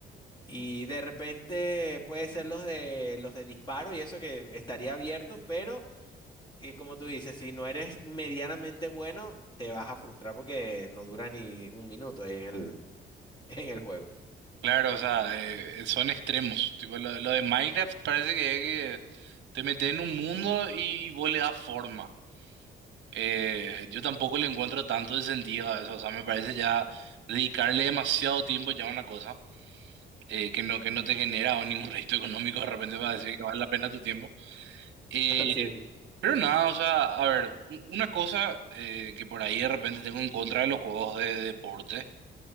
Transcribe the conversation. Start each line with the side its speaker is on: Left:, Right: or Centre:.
Left: Y de repente puede ser los de los de disparo y eso que estaría abierto, pero y como tú dices, si no eres medianamente bueno, te vas a frustrar porque no dura ni un minuto ahí en el, <laughs> en el juego.
Right: Claro, o sea, eh, son extremos. Tipo, lo, lo de Minecraft parece que es que te metes en un mundo y, y vos le das forma. Eh, yo tampoco le encuentro tanto de sentido a eso. O sea, me parece ya dedicarle demasiado tiempo ya a una cosa eh, que no, que no te genera ningún <laughs> rédito económico de repente para decir que vale la pena tu tiempo. Eh,
Left: <laughs> Así mismo.
Right: Pero nada, o sea, a ver, u- una cosa eh, que por ahí de repente tengo en contra de los juegos de deporte,